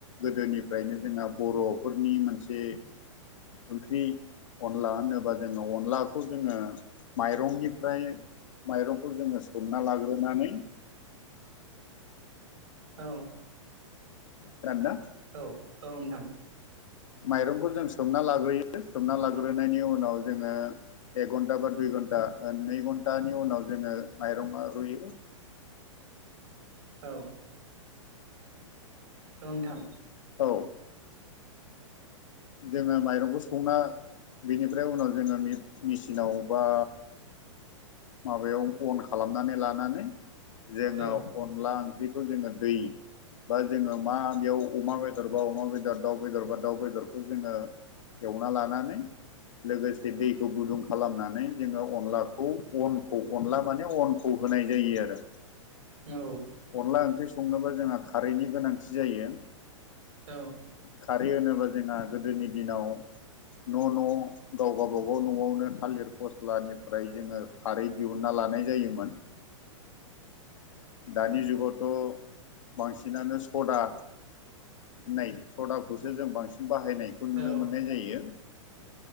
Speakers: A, on the left; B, on the right.
A: गोदोनिफ्रायनो जोंहा बर'फोरनि मोनसे ओंख्रि अनला होनोबा जोङो अनलाखौ जोङो माइरंनिफ्राय माइरं खौ जोङो सोमना लाग्रोनानै
B: औ
A: खोनादोंना?
B: औ औ नोंथां
A: माइरंखौ जों सोमना लाग्रोयो सोमना लाग्रोनायनि उनाव जोङो एक घन्टा बा दुइ घन्टा ओ नै घन्टानि उनाव जोङो माइरङा रुयो
B: औ औ नोंथां
A: औ जोङो माइरंखौ सु खांना बेनिफ्राय उनाव जोङो मेसिनाव बा माबायाव अन खालामनानै लानानै जोङो
B: औ
A: अनला ओंख्रि बेखौ जोङो दै बा जोङो मा बेयाव अमा बेदर बा अमा बेदर दाउ बेदर बा दाउ बेदरखौ जोङो एवना लानानै लोगोसे दैखौ गुदुं खालामनानै जोङो अनलाखौ अनखौ अनला माने अनखौ होनाय जायो आरो
B: औ
A: अनला ओंख्रि संनोबा जोंहा खारैनि गोनांथि जायो
B: औ
A: खारै होनोबा जोंहा गोदोनि दिनाव न' न' गावबा गावबाव न'आवनो थालिर फस्लानिफ्राय जोङो खारै दिहुनना लानाय जायोमोन दानि जुगावथ' बांसिनानो सदा नै सदाखौसो जों बांसिन बाहायनायखौ नुनो
B: औ
A: मोननाय जायो